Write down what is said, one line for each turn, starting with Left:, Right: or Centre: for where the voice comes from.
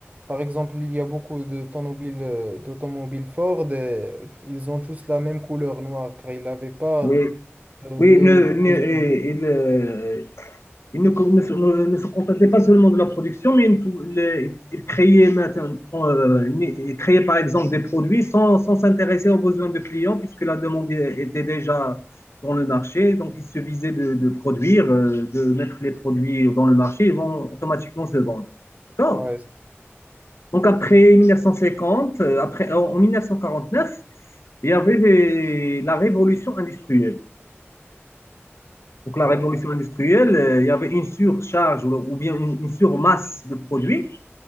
Right: par exemple, il y a beaucoup de tonobiles, euh, d'automobiles Ford et ils ont tous la même couleur noire, car ils n'avaient pas
Left: Oui,
Right: euh,
Left: oui,
Right: les,
Left: ne,
Right: les
Left: ne-
Right: besoins.
Left: et- et le- Ils ne, ne se, ne- se contentaient pas seulement de la production, mais ils, les- ils créaient euh, ils créaient par exemple des produits sans, sans s'intéresser aux besoins de clients, puisque la demande était déjà dans le marché. Donc, il suffisaient de, de produire, euh, de mettre les produits dans le marché, ils vont automatiquement se vendre. D'accord?
Right: Ouais, c'est-
Left: Donc, après 1950, euh, après, en en 1949, il y avait la révolution industrielle. Donc, la
Right: ouais.
Left: révolution industrielle, euh, il y avait une surcharge ou, ou bien une, une surmasse de produits.